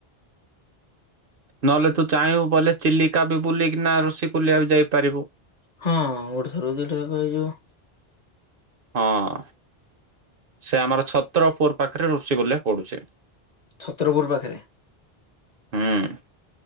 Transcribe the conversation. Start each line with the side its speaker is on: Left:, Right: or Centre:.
Right: ନହେଲେ ତୁ ଚାହିଁବୁ ବୋଲେ ଚିଲିକା ବି ବୁଲିକିନା ଋଷିକୂଲ୍ୟା ବି ଯାଇପାରିବୁ।
Left: ହଁ ଗୋଟ ଥରରୁ ଦିଇଟାଯାକ ହେଇଯିବ।
Right: ହଁ, ସେ ଆମର ଛତ୍ରପୁର ପାଖରେ ଋଷିକୂଲ୍ୟା ପଡୁଛି।
Left: ଛତ୍ରପୁର ପାଖରେ?
Right: ହୁଁ।